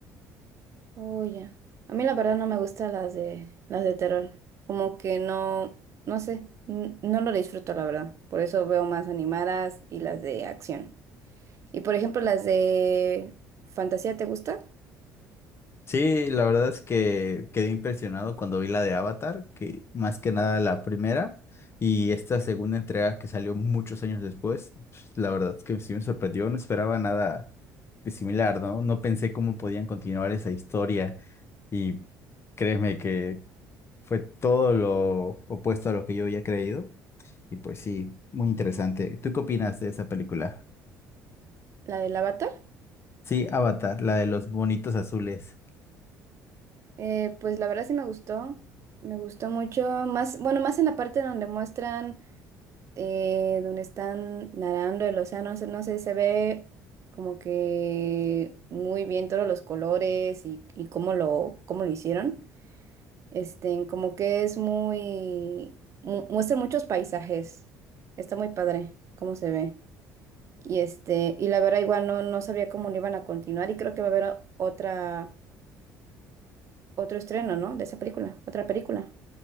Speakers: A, on the right (about 45°); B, on the left (about 35°).
A: Oh, ya. A mí la verdad no me gustan las de las de terror. Como que no, no sé, n- no lo disfruto la verdad. Por eso veo más animadas y las de acción. Y por ejemplo, las de fantasía, ¿te gusta?
B: Sí, la verdad es que quedé impresionado cuando vi la de Avatar, que más que nada la primera y esta segunda entrega que salió muchos años después, pues, la verdad es que sí me sorprendió, no esperaba nada de similar, ¿no? No pensé cómo podían continuar esa historia y créeme que fue todo lo opuesto a lo que yo había creído y pues sí, muy interesante. ¿Tú qué opinas de esa película?
A: La del Avatar.
B: Sí, Avatar, la de los bonitos azules.
A: Eh, pues la verdad sí me gustó, me gustó mucho, más, bueno, más en la parte donde muestran, eh, donde están nadando el océano, o sea, no sé, se ve como que muy bien todos los colores y, y cómo lo, cómo lo hicieron. Este, como que es muy, mu- muestra muchos paisajes, está muy padre cómo se ve. Y este, y la verdad igual no, no sabía cómo lo iban a continuar y creo que va a haber o- otra, otro estreno, ¿no? De esa película, otra película.